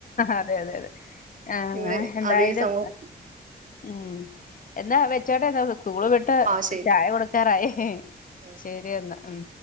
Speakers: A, on the left; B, on the right.
A: അതെ അതെ അതെ ആഹ്
B: ഇവര്
A: എന്തായാലും
B: അതെ സമൂഹം.
A: ഉം. എന്നാ വെച്ചോട്ടെന്ന സ്കൂള് വിട്ട്
B: ആ ശരി
A: ചായ കൊടുക്കാറായി.
B: ഉം
A: ശരി എന്നാ. ഉം.